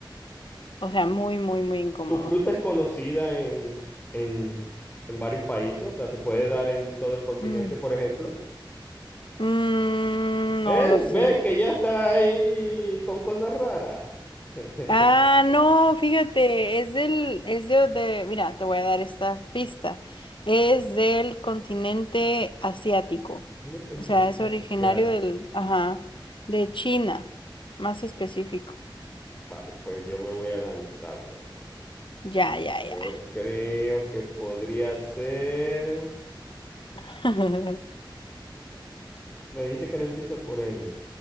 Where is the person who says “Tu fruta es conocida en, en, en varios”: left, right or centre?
Left